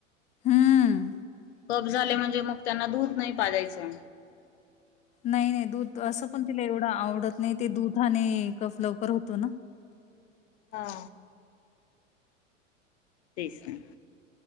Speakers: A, on the left; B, on the left.
A: हं.
B: कप झाले म्हणजे मग त्यांना दूध नाही पाजयचंय.
A: नाही नाही दूध असं पण तिला एवढं आवडत नाही ते दुधाने, लवकर होतो ना,
B: हा. तेच ना.